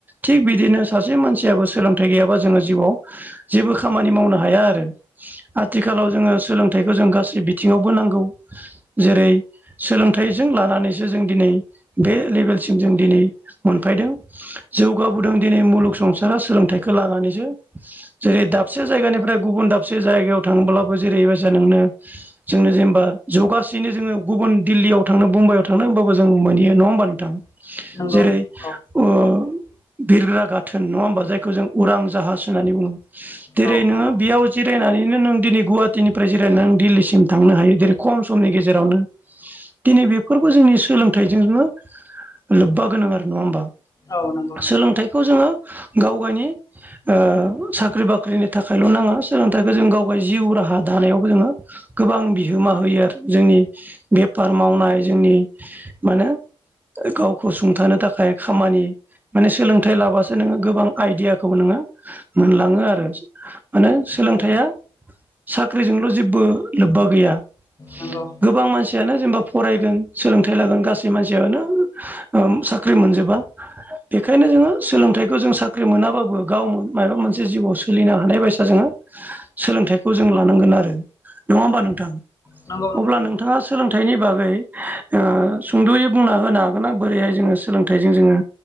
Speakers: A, on the right; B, on the left.
A: थिग बिदिनो सासे मानसियाबो सोलोंथाइ गैयाबा जोङो जिउआव जेबो खामानि मावनो हाया आरो आथिखालाव जोङो सोलोंथाइखौ जों गासै बिथिङावबो नांगौ जेरै सोलोंथाइजों लानानैसो जों दिनै बे लेभेलसिम जों दिनै मोनफैदों जौगाबोदों दिनै मुलुग संसारा सोलोंथाइखौ लानानैसो जेरै दाबसे जायगानिफ्राय गुबुन दाबसे जायगायाव थांब्लाबो जेरै मया नोंनो जो जेनेबा जगासिनो जो गुबुन दिल्लीयाव थांनो मुमबाइआव थाङनो होमबाबो जों मानियो नङा होमबा नोंथां
B: नंगौ
A: जेरै
B: औ
A: अ बिरग्रा गाथोन नङा होमबा जायखौ जों उरां जाहाज होननानै बुङो। जेरै
B: औ
A: नोङो
B: नंगौ
A: बेयाव जिरायनानै बिदिनो नों दिनै गुवाहाटिनिफ्राय जेराय नों दिल्लीसिम थांनो हायो जेरै खम समनि गेजेरावनो दिनै बेफोरबो जोंनि सोलोंथाइजोंनो लोब्बा गोनां आरो नङा होमबा।
B: औ नंगौ नंगौ
A: सोलोंथाइखौ जोङो गाव गावनि ओ साख्रि बाख्रिनि थाखायल' नाङा सोलोंथाइखौ जों गावबाय जिउ राहा दानायावबो जोङो गोबां बिहोम मा होयो आरो जोंनि बेफार मावनाय जोंनि मानो। गावखौ सुंथानो थाखाय खामानि माने सोलोंथाइ लाबासो नोङो गोबां आइदियाखौ नोङो मोनलाङो आरो मानो सोलोंथाइया
B: औ
A: साख्रिजोंल' जेबो लोब्बा गैया
B: नंगौ औ
A: गोबां मानसियानो जेनबा फरायगोन सोलोंथाइ लागोन गासै मानसियानो साख्रि मोनजोबा बेखायनो जोङो सोलोंथाइखौ जों साख्रि मोनाब्लाो गाव मोन माइबा मोनसे जिउआव सोलिनो हानाय बायसा जोङो सोलोंथाइखौ जों लानांगोन आरो नङा होमबा नोंथां
B: नंगौ नोंथां
A: अब्ला
B: नंगौ
A: नोंथाङा सोलोंथाइनि बागै अ सुंद'यै बुंना होनो हागोन ना बोरैहाय जोङो सोलोंथों जोङो